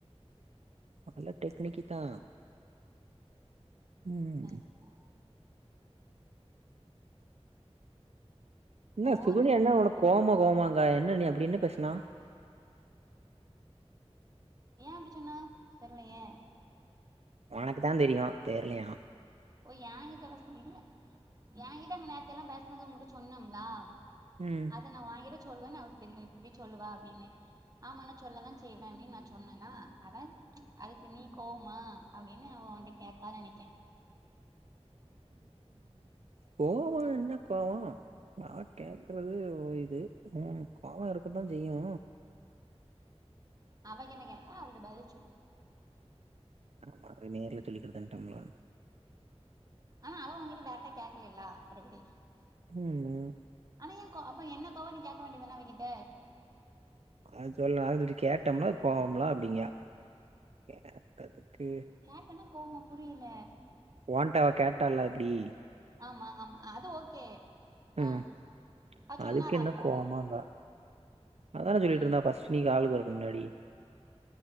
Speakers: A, on the right (about 70°); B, on the right (about 35°).
A: நல்ல டெக்னிக்கு தா ம்
B: கரெக்ட் தா
A: என்ன
B: போர்
A: சுகன்யா
B: அடிக்கு
A: என்ன உனக் கோவமா கோவமாங்க என்ன நீ அப்டி என்ன பேசுனா
B: ஏ அப்டி சொன்னா தெர்லயே
A: ஒனக்கு தா தெரியு தெர்லையா
B: ஓ ஏன் கிட்ட பசங்க இல்ல ஏன்கிட்ட அங்க நேரத்தைய எல்லாம் பேசனது உங்கிட்ட சொன்னம்லா
A: ம்
B: அத நா ஓங்கிட்ட சொல்வேன்னு அவர்க்கு தெரியு எப்டி சொல்லுவ அப்டின்னு ஆமா நா சொல்லதா செய்வே அப்டின்னு நா சொன்னனா அதா அதுக்கு நீ கோவ்மா அப்டின்னு அவ ஒன்ட்ட கேட்டா நெனைக்கே
A: கோவொன்னா கோவொ நா கேக்கறது இது ம் கோவொ இருக்கதா செய்யு
B: அவ என்ன கேட்டா அவள்ட்ட பதில்ச்சு
A: ஆமா அது நேர்ல சொல்லிகிட்டு தன்ட்டம்லா
B: ஆ அவ உங்கிட்ட டேரக்ட்டா கேக்கலில்லா அப்பறம் விடு
A: ம் ம்
B: ஆனா ஏ கோ அப்ப என்ன கோவோ நீ கேக்க வேண்டியதான அவகிட்ட
A: அது சொல்ல அழுதுட்டு கேட்டம்லா கோவம்ல்லா அப்டிங்கா கேட்டதுக்கு
B: கேட்டனா கோவமா புரியில
A: ஓன்ட அவ கேட்டால்ல அப்டி
B: ஆமா ஆமா அது ஓகே
A: ம்
B: ஆ அ சொன்னாளா
A: அதுக்கு என்ன
B: அப்போ
A: கோவமாங்கா அதான சொல்லிட்டுருந்தா
B: ம்
A: ஃபஸ்டு நீ காலுக்கு வறக்கு முன்னாடி